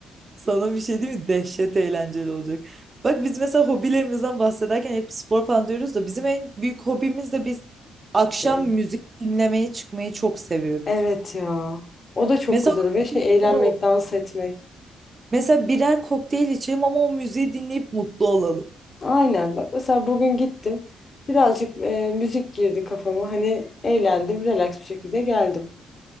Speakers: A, on the right; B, on the left.
A: Sana bir şey değil mi? Dehşet eğlenceli olacak. Bak biz mesela hobilerimizden bahsederken hep spor falan diyoruz da bizim en büyük hobimiz de biz akşam
B: Değil.
A: müzik dinlemeye çıkmayı çok seviyoruz.
B: Evet ya. O da çok
A: Mesela
B: güzel ve şey eğlenmek,
A: orada o-
B: dans etmek.
A: mesela birer kokteyl içelim ama o müziği dinleyip mutlu olalım.
B: Aynen. Bak mesela bugün gittim. Birazcık e, müzik girdi kafama. Hani eğlendim, relax bir şekilde geldim.